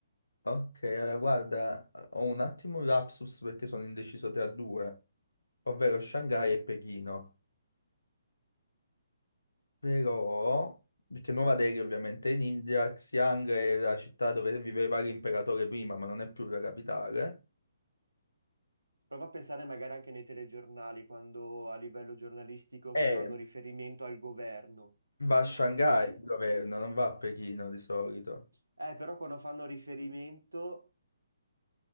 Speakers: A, on the left; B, on the right.
A: Ok, allora guarda, ho un attimo un lapsus perché sono indeciso tra due, ovvero Shanghai e Pechino. Però, perché Nuova Delhi ovviamente è in India, Xi'an è la città dove viveva l'imperatore prima, ma non è più la capitale.
B: Prova a pensare magari anche nei telegiornali, quando a livello giornalistico
A: Eh,
B: si fanno riferimento al governo.
A: Va a Shanghai
B: Che ci...
A: il governo, non va a Pechino di solito.
B: Eh, però quando fanno riferimento,